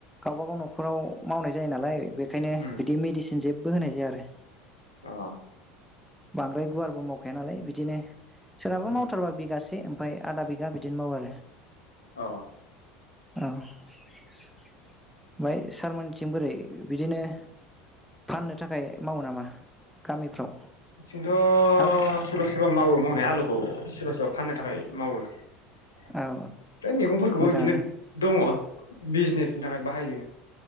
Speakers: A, in the centre; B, on the left.
A: गावबागाव नखराव मावनाय जायो नालाय बेखायनो
B: उम
A: बिदि मेडिसिन जेबबो जेबबो होनाय जाया आरो
B: अ
A: बांद्राय गुवारबो मावखाया नालाय बिदिनो सोरहाबो
B: उम
A: मावथारबा बिगासे <unintelligible> आदा बिगा बिदिनो मावो आरो
B: अ
A: औ ओमफ्राय सारमोनथिं बोरै बिदिनो फाननो थाखाय मावो नामा गामिफ्राव
B: थिंथ
A: औ
B: सोरबा सोरबा मावो मावनाय आलुखौ सोरबा सोरबा फाननो थाखाय मावो ओमफ्राय
A: औ
B: मैगंफोरखौबो
A: मोजाङानो
B: बिदिनो दङ बिजनेसनि थाखाय बाहायो